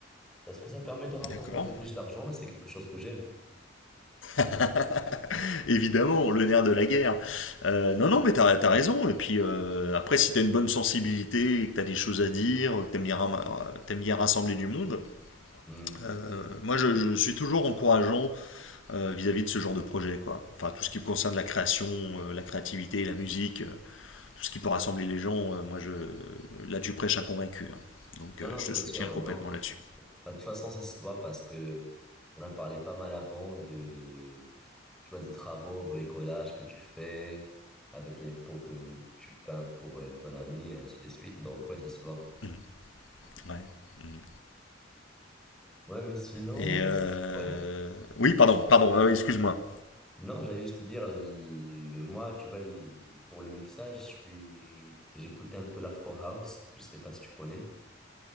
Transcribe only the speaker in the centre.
Parce que ça permet de rapporter
un peu plus d'argent et c'est quelque chose que j'aime.
Hmm.
Non,
non,
c'est
sûr, euh,
non.
Bah, De toute façon, ça se voit parce que on a parlé pas mal avant de, tu vois, de travaux, bricolage que tu fais avec les pots que tu peins pour euh, ton ami et ainsi de suite. Donc, ouais, ça se voit.
Ouais, mais sinon,
ouais.
Non, j'allais juste te dire, le, moi, tu vois, le- pour le mixage, je suis, j'écoute un peu l'Afro House. Je sais pas si tu connais.